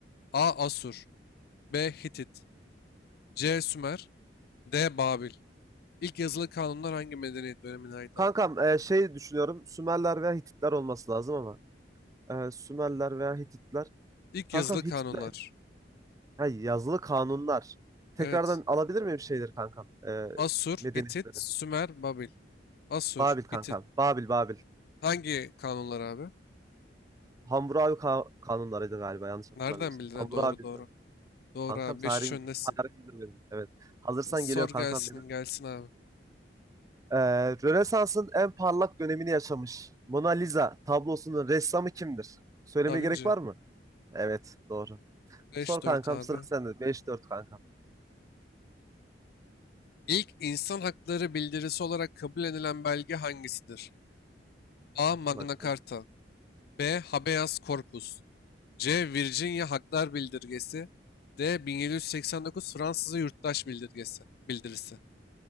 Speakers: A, on the left (about 55°); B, on the right (about 20°).
A: A. Asur B. Hitit C. Sümer D. Babil İlk yazılı kanunlar hangi medeniyet dönemine ait
B: Kankam
A: abi?
B: e, şey düşünüyorum. Sümerler veya Hititler olması lazım ama. E, Sümerler veya Hititler.
A: İlk
B: Kankam
A: yazılı
B: Hititler.
A: kanunlar.
B: Hay, yazılı kanunlar. Tekrardan
A: Evet.
B: alabilir miyim şeyleri kankam? E,
A: Asur,
B: medeniyetleri.
A: Hitit, Sümer, Babil. Asur,
B: Babil kankam.
A: Hitit.
B: Babil, Babil.
A: Hangi kanunlar abi?
B: Hammurabi ka- kanunlarıydı galiba yanlış hatırlamıyorsam.
A: Nereden bildin?
B: Hammurabi'ydi.
A: Ha, Doğru doğru. Doğru
B: Kankam
A: abi.
B: tarihim,
A: Beş 3 öndesin.
B: tarihim bilir benim. Evet. Hazırsan
A: Sor
B: geliyor
A: gelsin
B: kankam benim.
A: gelsin abi.
B: Ee, Rönesans'ın en parlak dönemini yaşamış Mona Lisa tablosunun ressamı kimdir? Söylemeye
A: Da Vinci.
B: gerek var mı? Evet, doğru.
A: 5-4
B: Sor kankam
A: abi.
B: sıra sende. beş dört kankam.
A: İlk insan hakları bildirisi olarak kabul edilen belge hangisidir? A. Magna
B: Son haklar.
A: Carta B. Habeas Corpus C. Virginia Haklar Bildirgesi D. 1789 Fransız ve Yurttaş Bildirgesi Bildirisi